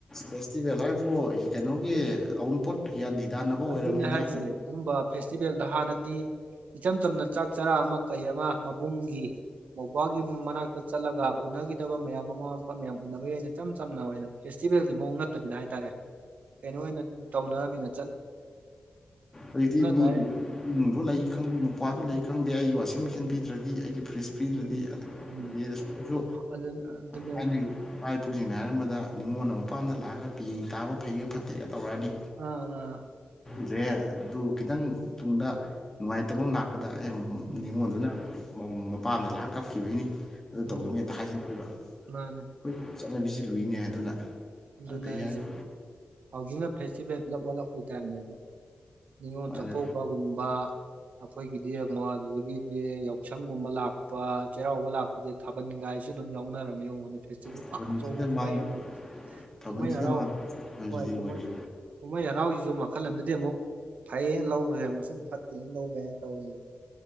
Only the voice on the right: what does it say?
ꯑꯗꯨꯅꯦ ꯍꯥꯏꯁꯦ ꯑꯗꯨꯝꯕ ꯐꯦꯁꯇꯤꯚꯦꯜꯗ ꯍꯥꯟꯅꯗꯤ ꯏꯆꯝ ꯆꯝꯅ ꯆꯥꯛ ꯆꯔꯥ ꯑꯃ ꯀꯩ ꯑꯃ ꯃꯕꯨꯡꯒꯤ ꯃꯧꯄꯨꯋꯥꯒꯤ ꯃꯅꯥꯛꯇ ꯆꯠꯂꯒ ꯎꯅꯈꯤꯗꯕ ꯃꯌꯥꯝ ꯃꯃꯥ ꯃꯄꯥ ꯃꯌꯥꯝ ꯎꯅꯕ ꯌꯥꯏꯅ ꯏꯆꯝ ꯆꯝꯅ ꯑꯣꯏꯅ ꯐꯦꯁꯇꯤꯚꯦꯜꯒꯤ ꯃꯑꯣꯡ ꯅꯠꯇꯕꯤꯗ ꯍꯥꯏꯇꯥꯔꯦ ꯀꯩꯅꯣ ꯑꯣꯏꯅ ꯇꯧꯅꯔꯃꯤꯅ
ꯗꯥꯏꯔꯦꯛ
ꯎꯝ ꯎꯝ
ꯑꯗꯨ ꯑꯗꯨꯅꯦ
ꯑ ꯑ
ꯎꯝ
ꯎꯝ
ꯃꯥꯅꯦ
ꯑꯗꯨꯅ
ꯑꯩꯁꯦ
ꯍꯧꯒꯤꯡꯅ ꯐꯦꯁꯇꯤꯚꯦꯜ ꯄꯨꯂꯞ ꯑꯣꯜꯂꯛꯄꯩ ꯇꯥꯔꯅꯦꯕ ꯅꯤꯉꯣꯜ
ꯆꯥꯛꯀꯧꯕꯒꯨꯝꯕ ꯑꯩꯈꯣꯏꯒꯤꯗꯤ ꯌꯦꯡꯉꯣ ꯑꯗꯨꯗꯒꯤꯗꯤ ꯌꯥꯎꯁꯪꯒꯨꯝꯕ ꯂꯥꯛꯄ ꯆꯩꯔꯥꯎꯕ ꯂꯥꯛꯄ ꯍꯧꯖꯤꯛ ꯊꯥꯕꯜꯒꯥꯏꯁꯨ ꯑꯗꯨꯝ ꯌꯥꯎꯅꯔꯝꯃꯦ ꯑꯩꯉꯣꯟꯗ ꯐꯦꯁꯇꯤꯚꯦꯜ
ꯑꯆꯧꯕ ꯀꯨꯝꯍꯩ
ꯑꯃꯅꯤ
ꯀꯨꯝꯍꯩ ꯍꯔꯥꯎ
ꯍꯣꯏ ꯀꯨꯝꯍꯩ
ꯀꯨꯝꯍꯩ ꯍꯔꯥꯎꯁꯤꯁꯨ ꯃꯈꯜ ꯑꯃꯗꯗꯤ ꯑꯃꯨꯛ ꯐꯩꯌꯦ ꯂꯧꯕꯁꯦ ꯑꯃꯨꯛꯁꯨ ꯐꯠꯇꯦ ꯂꯧꯕ ꯌꯥꯅ ꯇꯧꯔꯤ